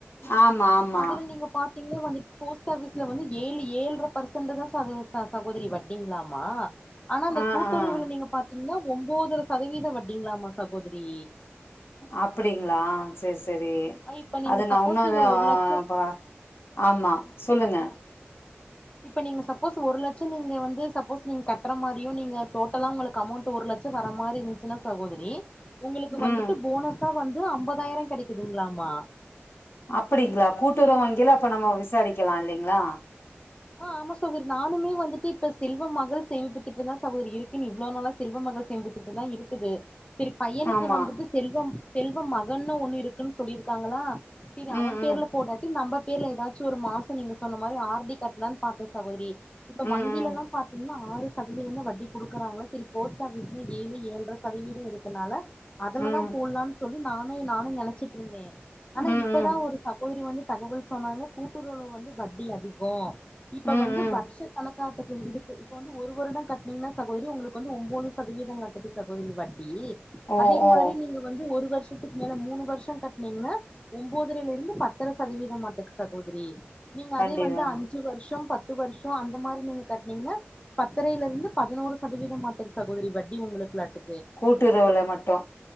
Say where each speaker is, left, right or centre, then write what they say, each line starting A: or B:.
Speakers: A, on the left (about 60°); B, on the left (about 25°).
A: ஆமா ஆமா
B: அதுல நீங்க பாத்தீங்னா வந்து போஸ்ட் ஆபீஸ்ல வந்து ஏழு ஏழுர பர்சன்ட் தா ச ச சகோதரி வட்டிங்ளாமா ஆனா அந்த
A: ஆ
B: கூட்டுறவுல
A: ஆ
B: நீங்க பாத்தீங்ன்னா ஒம்பதர சதவீத வட்டிங்ளாமா சகோதரி
A: அப்டிங்களா சரி சரி
B: இப்ப நீங்க
A: அது
B: சப்போஸ்
A: நா உன்னூ
B: நீங்க ஒரு லட்சம்
A: இப்பா ஆமா சொல்லுங்க
B: ஆ இப்ப நீங்க சப்போஸ் ஒரு லட்சொ நீங்க வந்து சப்போஸ் நீங்க கட்ற மாரியு நீங்க டோட்டலா உங்களுக்கு அமௌண்ட் ஒரு லட்ச் ச வர மாரி இருந்துச்சுனா சகோதரி உங்களுக்கு வந்துட்டு
A: ம்
B: போனஸா வந்து ஐம்பதாயிரொ கெடைக்குதுங்ளாமா
A: அப்டிங்களா கூட்டுறவு வங்கில அப்ப நம்ம விசாரிக்லா இல்லைங்ளா
B: ஆ ஆமா சகோதரி நானுமே வந்துட்டு இப்ப செல்வ மகள் சேமிப்புத்திட்டந் தா சகோதரி இருக்குன்னு இவ்ளவு நாளா செல்வ மகள் சேமிப்புத்திட்டந் தா இருக்குது செரி பையனுக்கு
A: ஆமா
B: வந்துட்டு செல்வ செல்வ மகன்னு ஒண்ணு இருக்குன்னு சொல்லிருக்காங்ளா செரி அவன்
A: ம்
B: பேர்ல
A: ம்
B: போடாட்டி நம்ம பேர்ல ஏதாச்சு ஒரு மாசொ நீங்க சொன்ன மாரி ஆர் டி கட்டலான்னு பாத்தே சகோதரி இப்ப வங்கிலலா
A: ம்
B: பாத்தீங்கன்னா ஆறு சதவீதந் தா வட்டி குடுக்குறாங்ளா சேரி போஸ்ட் ஆபீஸ்ல ஏழு ஏழுர சதவீதோ இருக்குனால அதுலதா
A: ம் ம்
B: போடலானு சொல்லி நானு நானு நெனச்சிட்டுருந்தே ஆனா
A: ம்
B: இப்பதா
A: ம்
B: ஒரு சகோதரி வந்து தகவல் சொன்னாங்க கூட்டுறவுல வந்து வட்டி அதிகொ இப்ப
A: ம்
B: வந்து
A: ம்
B: வருஷ கணக்காட்டுக்கு இருக்கு இப்ப வந்து ஒரு வருடொ கட்னீங்னா சகோதரி ஒங்களுக்கு வந்து ஒம்போது சதவீதம் மாட்டுக்கு சகோதரி வட்டி
A: ஓ
B: அதே
A: ஓ
B: மாரி நீங்க வந்து ஒரு வருஷத்துக்கு மேல மூணு வருஷொ கட்னீங்னா ஒம்போதரயிலருந்து பத்தர சதவீத மாட்டுக்கு சகோதரி நீங்க
A: கண்டிப்பா
B: அதே வந்து அஞ் சு வருஷொ பத்து வருஷொ அந்த மாரி நீங்க கட்னீங்னா பத்தரையிலுருந்து பதினோரு சதவீதமாட்டுக்கு சகோதரி வட்டி ஒங்களுக்கு லாட்டு
A: கூட்டுறவுல மட்டு